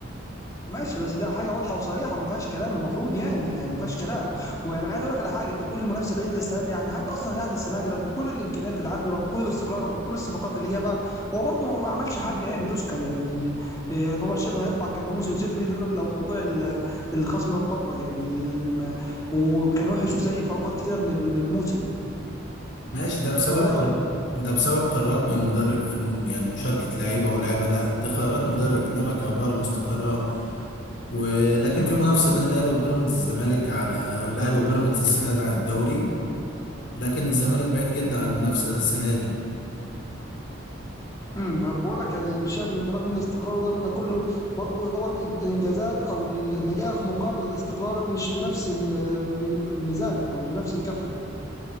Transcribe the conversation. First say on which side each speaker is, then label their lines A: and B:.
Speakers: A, on the left; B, on the left.
A: ماشي بس ده حاجه واضحه وصريحه ما فيهاش كلام المفروض يعني يعني ما فيهاش كلام وانا عايز اقول لك على حاجه انت بتقول المنافسه بعيده السنه دي يعني حتى اصلا الاهلي السنه دي رغم كل الامكانيات اللي عنده رغم كل الاستقرار رغم كل الصفقات اللي جابها هو برده ما عملش حاجه يعني تذكر يعني إيه، يعتبر شبه هيطلع كان بموسم صفري لولا لو موضوع ال- الخصم ده اتطبق يعني آه، ما- وكان وحش وسيء في اوقات كتيره من الموسم
B: ماشي ده بسبب
A: ولا ايه
B: قر...
A: رايك؟
B: ده بسبب قرارات من المدرب في م- يعني مشاركة لعيبة ولاعيبة لا دي قرارات مدرب انما كإدارة مستقرة ولكن في منافسة بين الأهلي وبيراميدز الزمالك على الأهلي وبيراميدز السنة دي عن الدوري لكن الزمالك بعيد جدا عن المنافسة السنة دي
A: امم انا بقول لك يعني مش شايف ان رغم الاستقرار ورغم ده كله برضه يعتبر الانجازات او النجاح مقابل الاستقرار مش بنفس ال- ال- الميزان يعني او مش بنفس الكفه